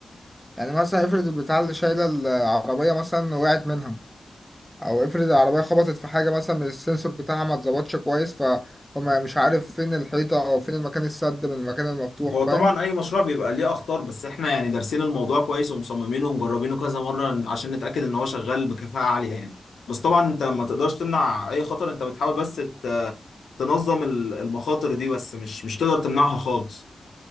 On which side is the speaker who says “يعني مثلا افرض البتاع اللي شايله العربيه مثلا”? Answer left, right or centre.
Centre